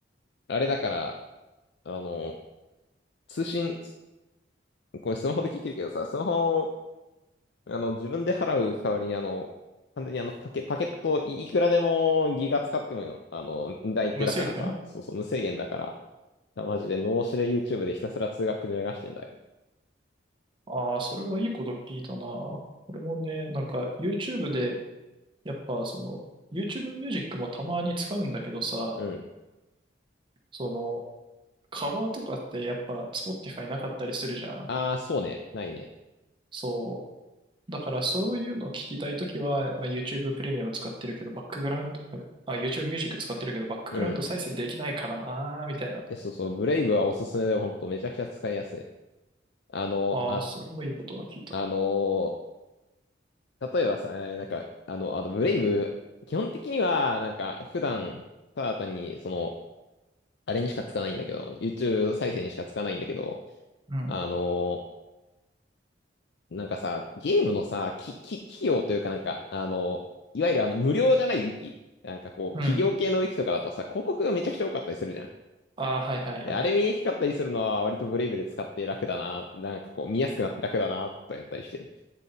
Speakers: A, on the left; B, on the right.
A: あれだから、あの、通信、つこれスマホで聞いてるけどさ、スマホを、あの、自分で払う代わりに、あの、完全にあの、パケ、パケットい、いくらでもギガ使ってもよ、あの、値段一定だからさ、
B: 無制限
A: そうそう、無制限だから、マジで脳死で YouTube でひたすら通学に流してんだ
B: ああー、それはいいこと聞いたな。
A: よ。
B: 俺もね、なんか YouTube で、やっぱその、YouTube ミュージックもたまに使うんだけどさ、
A: うん。
B: その、カバーとかってやっぱ Spotify なかったりするじゃん。
A: ああ、そうね、ないね。
B: そう。だからそういうのを聞きたいときは、まあ、YouTube プレミアム使ってるけど、バックグラウンド、あ、YouTube ミュージック使ってるけど、バックグラウンド再生できないからなー、
A: うん。
B: みたいな。
A: えそうそう、ブレイブはおすすめで、ほんとめちゃくちゃ使いやすい。あの、
B: ああ、
A: あ、
B: それもいいことが聞いた。
A: あの、例えばさ、えーなんか、あの、あとブレイブ、基本的には、なんか、普段、ただ単に、その、あれにしかつかないんだけど、YouTube 再生にしかつかないんだけど、
B: うん。
A: あの、なんかさ、ゲームのさ、き、き、企業というかなんか、あの、いわゆるあの、無料じゃないウィキ。なんかこう、
B: うん。
A: 企業系のウィキとかだとさ、広告がめちゃくちゃ多かったりするじゃん。
B: ああ、はいはいはい。
A: であれ見にくかったりするのは割とブレイブで使って楽だな。なんかこう見やすくなって楽だな、とやったりしてる。